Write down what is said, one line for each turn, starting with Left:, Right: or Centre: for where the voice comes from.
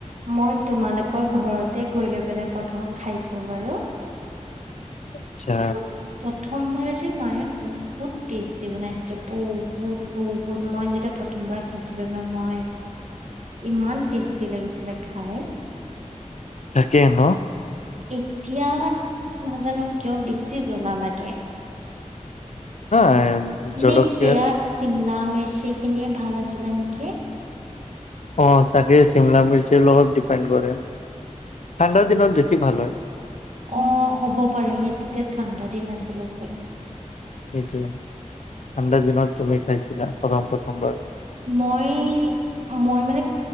Right: মই তোমালোকৰ ঘৰতে গৈ লৈ মানে প্ৰথম খাইছো বাৰু কি
Left: আচ্ছা
Right: প্ৰথমবাৰ যে মায়ে বহুত টেষ্টি বনাইছিলে বহুত বহুত মই যেতিয়া প্ৰথ বাৰ খাইছিলো ন মই ইমান টেষ্টি লাগিছিলে। খায়।
Left: তাকে ন।
Right: এতিয়া নাজানো কিয় বেছি জ্বলা লাগে।
Left: হা জলকীয়া
Right: নেখ শিমলা মে। সেইখিনি ভাল আছিলা নেকি?
Left: অ তাকে চিমলা মিচিৰ লগত ডিপেণ্ড কৰে ঠাণ্ডা দিনত বেছি। ভাল হয়
Right: অ হ'ব পাৰে, সেই তেতিয়া ঠাণ্ডা দিন আছিলে চাগে?
Left: এইটোোৱ ঠাণ্ডাৰ দিনত তুমি খাইছিলা প্ৰথম প্ৰথমবাৰ।
Right: মই অ, মই মানে